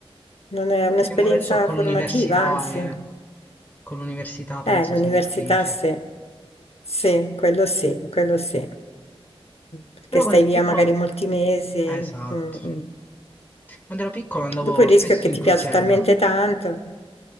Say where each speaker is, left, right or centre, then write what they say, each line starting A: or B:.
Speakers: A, on the left; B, on the left.
A: Non è
B: fatto
A: un'esperienza
B: che mo adesso con
A: formativa,
B: l'università,
A: anzi,
B: eh, con l'università penso
A: eh, l'università
B: sia difficile.
A: sì, sì, quello sì, quello sì, perché
B: Però
A: stai
B: quando ero
A: via
B: piccolo,
A: magari molti mesi.
B: eh, esatto,
A: mm, mm.
B: quando ero piccolo andavo
A: Dopo il
B: spesso
A: rischio è che
B: in
A: ti
B: crociera.
A: piace talmente tanto.